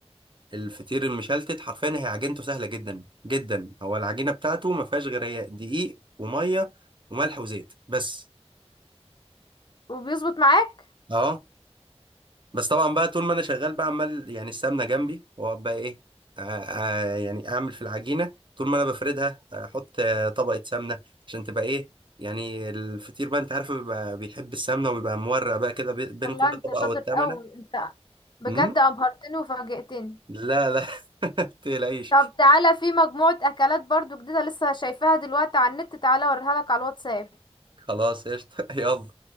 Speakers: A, on the right; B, on the left.
A: الفطير المشلتت حرفيا هي عجينته سهله جدا جدا هو العجينه بتاعته ما فيهاش غير هي دقيق وميه وملح وزيت بس
B: وبيظبط معاك
A: اه بس طبعا بقى طول ما انا شغال بقى عمال يعني السمنه جنبي واقعد بقى ايه آه آه يعني اعمل في العجينه طول ما انا بفردها احط آه، طبقه سمنه عشان تبقى ايه يعني الفطير بقى انت عارف بيبقى بيحب السمنه وبيبقى مورق بقى كده بي- بين
B: والله
A: كل
B: انت
A: طبقه
B: شاطر
A: والتمنه
B: قوي انت بجد
A: امم
B: ابهرتني وفاجئتني
A: لا لا <laughs> تقلقيش
B: طب تعالى في مجموعة اكلات برضو جديدة لسه شايفاها دلوقتي على النت تعالى اوريها لك على الواتساب
A: خلاص قشطه <laughs> يلا